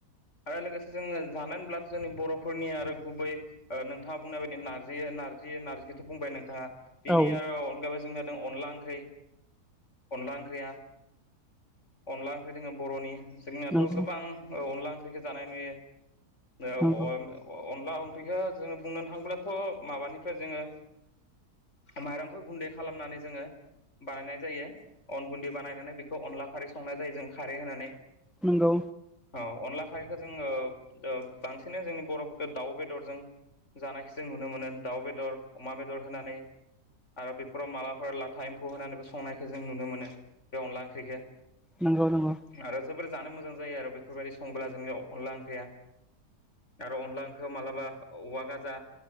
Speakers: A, on the left; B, in the centre.
A: आरो लोगोसे जोंङो जानाय होनल्बा जोंनि बर'फोरनिआ आरो गुबै ओ नोंथाङा बुंनाय बायदि नारजि नारजि नारजिखौथ' बुंबाय नोंथाङा बिनि
B: औ
A: आरो अनगायैबो <unintelligible> अनला ओंख्रि अनला ओंख्रिया अनला ओंख्रि जोङो बर'नि जोंनियाथ'
B: नंगौ
A: गोबां औ अनला ओंख्रिखौ जानाय नुयो। <unintelligible>
B: नंगौ
A: अनला ओंख्रिखौ जोङो बुंनो थाङोब्लाथ' माबानिफ्राय जोङो माइरंखौ गुन्दै खालामनानै जोङो बानायनाय जायो अन गुन्दै बानायनानै बेखौ अनला खारै संनाय जायो जों खारै होनानै
B: नंगौ
A: औ अनला खारैखौ जोङो ओ बांसिनो जोंनि बर'फोरखौ दाउ बेदरजों जानायखौ जों नुनो मोनो दाउ बेदर, अमा बेदर होनानै आरो बे फोराव मालाफोर लाथा एम्फौ होनानैबो संनायखौ जों नुनो मोनो बे अनला ओंख्रिखौ
B: नंगौ नंगौ।
A: आरो जोबोर जानो मोजां जायो आरो बेफोरबायदि संबोला जोंनियाव अनला ओंख्रिया आरो अनला ओंख्रियाव मालाबा औवा गाजा